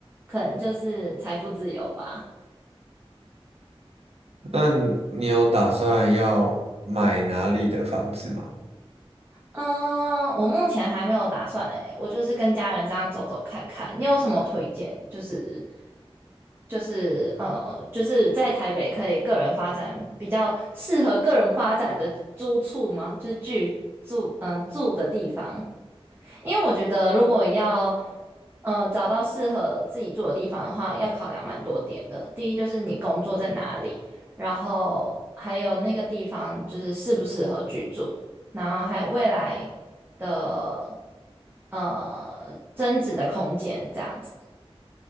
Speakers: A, on the right; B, on the right.
A: 可能就是财富自由吧。
B: 那你有打算要买哪里的房子吗？
A: 嗯，我目前还没有打算诶，我就是跟家人这样走走看看。你有什么推荐？就是就是呃，就是在台北可以个人发展比较适合个人发展的租处吗？就是居住嗯、呃住的地方。因为我觉得如果要呃找到适合自己住的地方的话，要考量蛮多点的。第一就是你工作在哪里，然后还有那个地方就是适不适合居住，然后还有未来的呃增值的空间这样子。